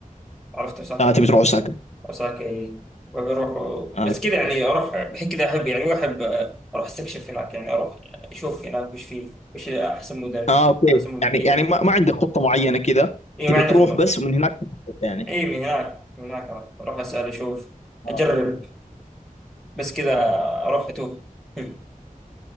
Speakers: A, in the centre; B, on the left.
A: عرفت اوساكا
B: اه تبي تروح اوساكا
A: اوساكا إيه. وبروح
B: آه.
A: بس
B: اوكي
A: كذا يعني اروح بحيث كذا احب يعني واحب آه، اروح استكشف هناك يعني اروح اشوف هناك وش فيه وش احسن مدن
B: اه اوكي
A: احسن مدن
B: يعني
A: ايه
B: يعني ما, ما عندك خطة معينة كذا
A: ايه
B: تبي
A: ما عندي
B: تروح
A: خطه
B: بس ومن هناك تخطط يعني
A: ايه من هناك من هناك اروح اسال اشوف
B: آه.
A: اجرب بس كذا اروح اتوه <laughs>